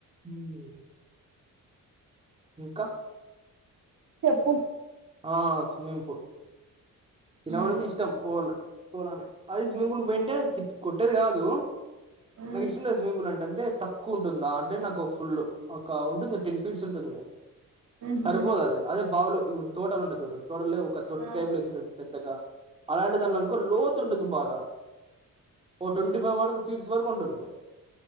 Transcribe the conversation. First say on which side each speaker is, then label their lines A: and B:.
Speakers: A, on the right; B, on the right.
A: ఉమ్ ఇంకా
B: చెప్పు
A: ఆ స్విమ్మింగ్ పూల్ చిన్నపడంచి
B: మ్,
A: ఇష్టం పోవాలే పోలానే అది స్విమ్మింగ్ పూల్ పోయింటే తి కొట్టేది గాదు
B: మ్,
A: నాకు ఇష్టం లేదు స్విమ్మింగ్ పూల్ అంటే అంటే తక్కువ ఉంటుందా అంటే నాకు ఫుల్ ఒక ఉంటుంది టెన్ ఫీట్స్ ఉంటుంది
B: మ్హూ.
A: సరిపోదు అది అదే బావిలో ఇ తోటలు ఉంటయ్ తూడు తోటలో ఒక
B: ఆ,
A: టేబుల్ యేసింటది పెద్దగా అలాంటి దాంట్లో లోతు ఉంటుంది బాగా ఓ ట్వంటీ ఫైవ్ వరకు ఫీట్స్ వరకు ఉంటుంది.